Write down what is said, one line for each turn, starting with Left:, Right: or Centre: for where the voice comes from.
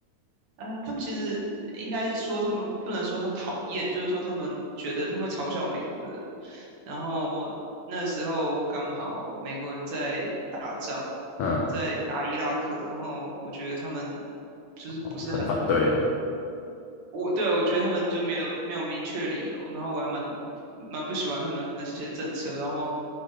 Right: 呃，他们其实应该说，他们不能说他讨厌，就是说他们觉得他们会嘲笑美国人。然后那时候刚好美国人在打仗，
Left: 嗯，
Right: 在打伊拉克，然后我觉得他们就是不是很
Left: 哦很反对欸
Right: 我对我觉得他们就没有没有明确理由，然后我还蛮蛮不喜欢他们的那些政策，然后